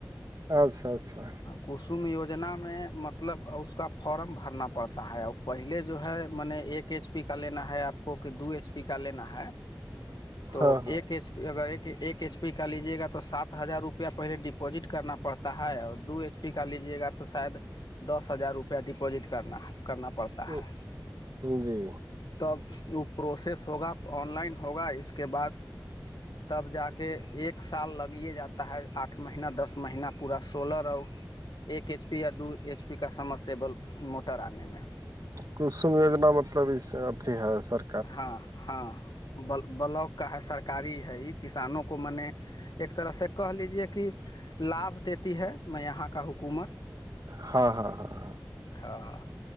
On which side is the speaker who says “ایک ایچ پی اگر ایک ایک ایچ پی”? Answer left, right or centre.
Left